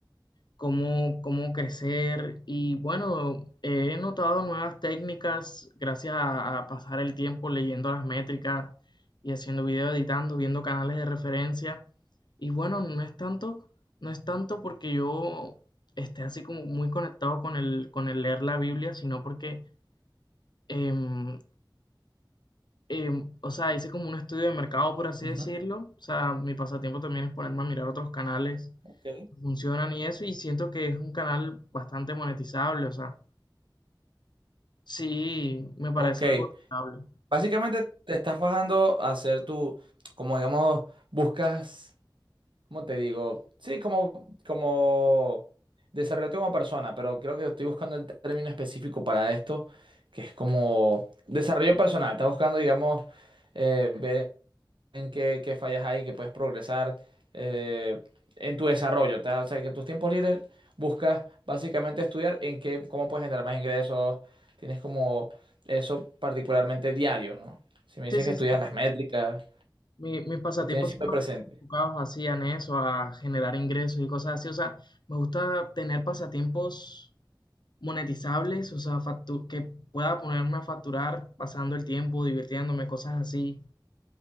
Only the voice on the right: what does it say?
Ujú.
Ok.
Ok,
Básicamente te estás bajando a hacer tu, como digamos, buscas, ¿cómo te digo? Sí, como, como desarrollarte como persona, pero creo que estoy buscando el término específico para esto, que es como desarrollo personal. Estás buscando, digamos, eh, ver en qué, qué fallas hay, en qué puedes progresar eh, en tu desarrollo. ¿tá? O sea, que en tus tiempos libres buscas básicamente estudiar en qué, cómo puedes generar más ingresos. Tienes como eso particularmente diario, ¿no? Si me dices
que estudias
las métricas,
lo tienes siempre
presente.